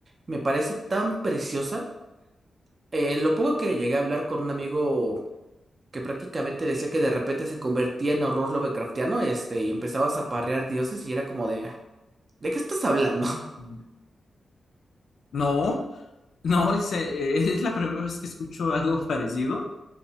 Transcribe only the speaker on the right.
me parece tan preciosa. Eh, lo poco que llegué a hablar con un amigo que prácticamente decía que de repente se convertía en horror Lovecraftiano, este, y empezabas a parrear dioses y era como de, "Ah, ¿de qué estás hablando? <laughs>